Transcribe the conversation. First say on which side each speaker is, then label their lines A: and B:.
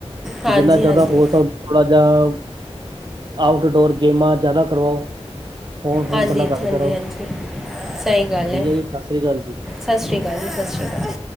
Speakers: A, in the centre; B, on the right.
A: ਹਾਂਜੀ
B: ਜਿੰਨਾ ਜ਼ਿਆਦਾ
A: ਹਾਂਜੀ
B: ਹੋ ਸਕਦਾ ਥੋੜਾ ਜਿਹਾ। ਆਊਟਡੋਰ ਗੇਮਾਂ ਜ਼ਿਆਦਾ ਕਰਵਾਓ, ਫੋਨ ਫੋਨ
A: ਹਾਂਜੀ
B: ਥੋੜ੍ਹਾ ਘੱਟ
A: ਹਾਂਜੀ
B: ਕਰਾਓ।
A: ਹਾਂਜੀ ਸਹੀ ਗੱਲ ਹੈ,
B: ਠੀਕ, ਸਤਿ ਸ੍ਰੀ ਅਕਾਲ ਜੀ
A: ਸਤਿ ਸ਼੍ਰੀ ਅਕਾਲ, ਸਤਿ ਸ਼੍ਰੀ ਅਕਾਲ